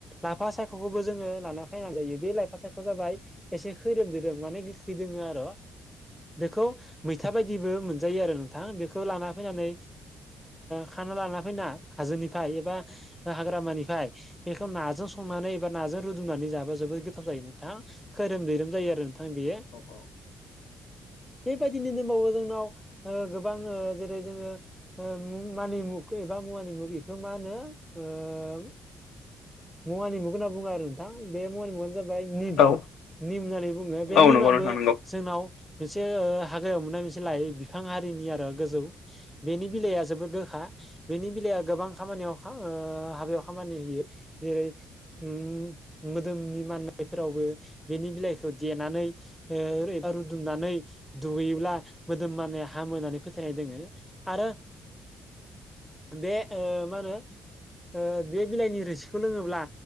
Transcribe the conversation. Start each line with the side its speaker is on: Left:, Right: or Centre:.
Centre: लाफा सायख'खौबो जोङो लाना फैनानै जायो बे लाफा सायख' बे जाबाय एसे खैरोम दैरोम माने गोखै दोङो आरो बेखौ मैथा बायदिबो मोनजायो आरो नोंथां बेखौ लाना फैनानै खाना लाना फैना हाजोनिफ्राय एबा हाग्रामानिफ्राय बेखौ नाजों संनानै एबा नाजों रुदुमनानै जाबा जोबोद गोथाव जायो नोंथां खोरोम दैैरोम जायो आरो नोंथां बेयो
Left: <inaudible>
Centre: बेबायदिनो दंबावो जोंनाव ओ गोबां ओ जेरै- जोङो ओ मानिमुग एबा मुवानि मुग बेखौ मा होनो ओ मुवानि मुखौ होनना बुङो आरो नोंथां बे मुवानि मुङानो जाबाय निम
Left: औ
Centre: निम होननानै बुङो बे
Left: औ
Centre: निमाबो
Left: नंगौ नोंथां नंगौ
Centre: जोंनाव मोनसे हाग्रायाव मोननाय मोनसे लइ बिफां हारिनि आरो गोजौ बेनि बिलाइआ जोबोद गोखा बेनि बेलाया गोबां खामानियाव हाबायाव खामानि होयो जेरै- उम मोदोमनि माननायफोरावबो बेनि बिलाइखौ देनानै ओ एबा रुदुमनानै दुगैयोब्ला मोदोम मानाया हामोानै फोथायनाय दोङो आरो बे ओ मा होनो ओ बे बिलाइनि रोसि लोङोब्ला